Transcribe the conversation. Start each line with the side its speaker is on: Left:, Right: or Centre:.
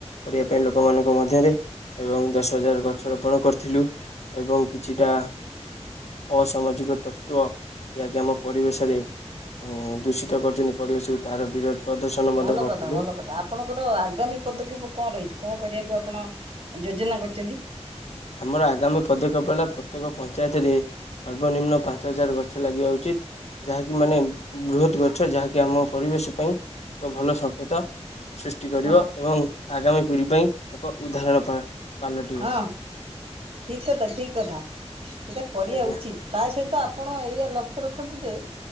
Left: କରିବା ପାଇଁ ଲୋକମାନଙ୍କ ମଧ୍ୟରେ ଏବଂ ଦଶ ହଜାର ଗଛ ରୋପଣ କରିଥିଲୁ। ଏବଂ କିଛିଟା ଅସାମାଜିକ ତତ୍ତ୍ୱ ଯାହାକି ଆମ ପରିବେଶରେ ଏ ଦୂଷିତ କରିଛନ୍ତି ପରିବେଶକୁ ତାର ବିରୋଧ ପ୍ରଦର୍ଶନ ମଧ୍ୟ
Right: ଭଲ
Left: କରିଥିଲୁ।
Right: କଥା ଭଲ କଥା ଆପଣଙ୍କର ଆଗାମୀ ପଦକ୍ଷେପ କଣ ରହିଛି, କଣ କରିବାକୁ ଆପଣ ଯୋଜନା କରିଛନ୍ତି?
Left: ଆମର ଆଗାମୀ ପଦକ୍ଷେପ ହେଲା ପ୍ରତ୍ୟେକ ପଞ୍ଚାୟତରେ ସର୍ବନିମ୍ନ ପାଞ୍ଚ ହଜାର ଗଛ ଲାଗିବା ଉଚିତ୍। ଯାହାକି ମାନେ ବୃହତ ଗଛ ଯାହାକି ଆମ ପରିବେଶ ପାଇଁ ଏକ ଭଲ ସଂଙ୍କେତ। ସୃଷ୍ଟି କରିବ
Right: ହଁ
Left: ଏବଂ ଆଗାମୀ ପିଢ଼ି ପାଇଁ ଏକ ଉଦାହରଣ ପା ପାଲଟିବ
Right: ହଁ ଠିକ କଥା, ଠିକ କଥା ସେଇଟା କରିବା
Left: ଆଜ୍ଞା।
Right: ଉଚିତ। ତା ସହିତ ଆପଣ ଏଇଆା ଲକ୍ଷ୍ୟ ରଖନ୍ତୁ ଯେ